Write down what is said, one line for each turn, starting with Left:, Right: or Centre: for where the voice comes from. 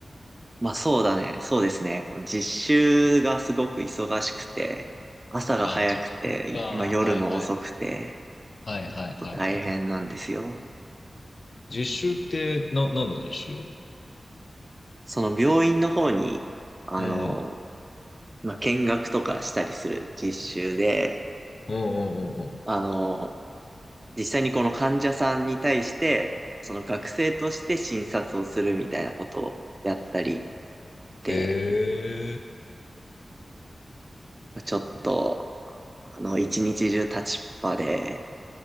Right: まあそうだね。そうですね。実習がすごく忙しくて、朝が早くて、
Left: ああ、実習か。はいはい。
Right: まあ夜も遅くて、
Left: はいはいはいはい。
Right: ちょっと大変なんですよ。
Left: 実習って、な、何の実習
Right: その病院の方に、あの、
Left: うん。
Right: まあ見学とかしたりする実習で、
Left: うんうんうんう
Right: あの、実際にこの患者さんに対して、その学生として診察をするみたいなことをやったり
Left: ん。
Right: して、
Left: えー、
Right: ちょっと、あの、一日中立ちっぱで、